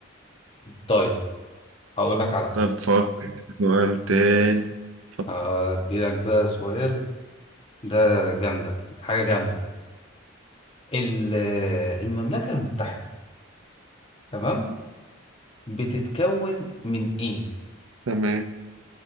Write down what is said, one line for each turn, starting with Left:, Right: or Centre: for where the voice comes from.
Left: طيب هقول لك على حاجه
Right: طب فكر في سؤال تاني فكر-
Left: ادي لك بقى سؤال ده جامده حاجه جامده ال- المملكه المتحده تمام بتتكون من ايه
Right: تمام